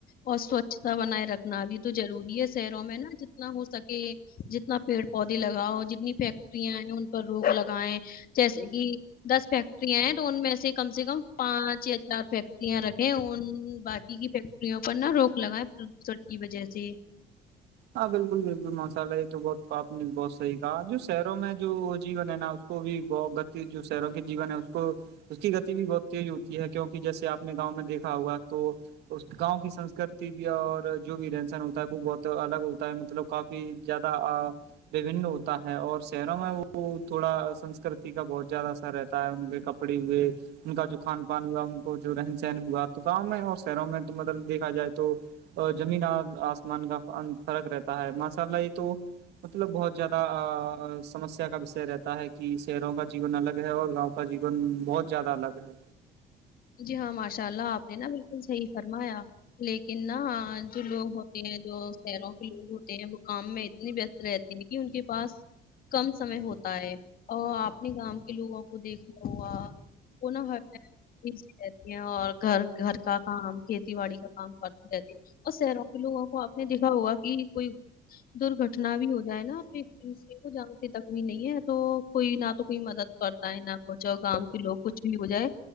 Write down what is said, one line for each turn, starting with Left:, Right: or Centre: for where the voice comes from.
Left: اور سوچھتا بنائے رکھنا بھی تو ضروری ہے شہروں میں نا جتنا ہو سکے جتنا پیڑ پودے لگاؤ جتنی فیکٹریاں ہیں ان پر روک لگائےیں جیسے کہ دس فیکٹریاں ہیں تو ان میں سے کم سے کم پانچ یا چار فیکٹریاں رکھیں ان باقی کی فٹ ڑوں پر نا روک لگا ہے پردوشر کی وجہ سے
Right: ہاں بالکل بالکل ماسالا یہ تو بہت آپ نے بہت صح کہا جو شہروں میں جو جیون ہے نا کو بھی بہ گتی جو سروگیہ جیون ہے اس کو اس کی گتی بھی بہت تیز ہوتی ہے کیونکہ جیسے آپ نے گاؤں میں دیکا ہوگا تو اس گاؤں کی سنسکرتی بھی اور جو بھی رہنسن ہوتا ہے وہ بہت تو الگ ہوتا ہے مطلب کافی زیادہ وبن ہوتا ہے اور شہروں میں وہ تھوڑا سنسکرتی کا بہت زیادہ اثر رہتا ہے ان کے ک پڑی ہوئے ان کا جو کھان پان ہوا ان کو جو رہن سہن ہوا تو گاؤں میں اور شہروں میں تو مطلب دیکھا جائے تو اور زمین آسمان کا فرق رہتا ہے ماشاء اللہ یہ تو مطلب بہت زیادہ سمسیا کا وشے رہتا ہے کہ شہروں کا جیون الگ ہے اور گاؤں کا جیون بہت زیادہ الگ ہے
Left: جی ہاں ماشاء اللہ آپ نے نا بالکل صحیح فرمایا لیکن نا جو لوگ ہوتے ہیں جو شہروں کے لوگ ہوتے ہیں وہ کام میں اتنی رہتے ہیں کہ ان کے پاس کم سمے ہوتا ہے اور آپ اپنے گاں کے لوگوں کو دیکھنا ہوا وہ نہ ایزی رہتی ہے اور گھر گھر کا کام کھیتی باڑی کا کام کرتی رہتی ہے اور شہروں کے لوگوں کو آپ نے دیکھا ہوگا کہ کوئی درگھٹنا بھی ہو جائے نا پھر کسی کو جانتی تکمی نہیں ہے تو کوئی نہ تو کوئی مدد کرتا ہے نہ کچھ اور گاؤ کے لوگ کچھ بھی ہو جائے